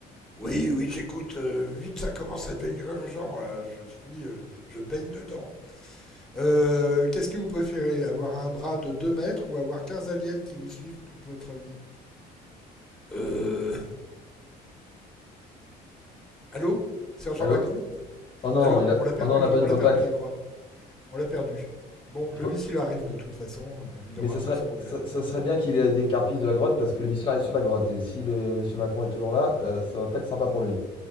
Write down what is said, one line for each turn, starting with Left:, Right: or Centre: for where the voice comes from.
Centre: Oui, oui, j'écoute. euh, vite, ça commence à devenir urgent. Là, je suis, euh, je baigne dedans. Euh, qu'est-ce que vous préférez, avoir un bras de 2 mètres ou avoir 15 aliens qui vous suivent toute votre vie? Euh, Allô Sergent
Left: Allô?
Centre: Macron
Left: Oh non,
Centre: Allô
Left: il a...
Centre: On l'a perdu,
Left: oh non, on n'a
Centre: je-
Left: pas
Centre: on
Left: eu le
Centre: l'a
Left: contact.
Centre: perdu, je crois. On l'a perdu. Bon,
Left: Il
Centre: le
Left: faut...
Centre: missile arrive de toute façon, euh, il
Left: Mais
Centre: aura
Left: ça serait,
Centre: plus ce problème.
Left: ça, ça serait bien qu'il ait des carpisses de la grotte parce que le missile arrive sur la grotte. Et si le monsieur Macron est toujours là, euh, ça va pas être sympa pour lui.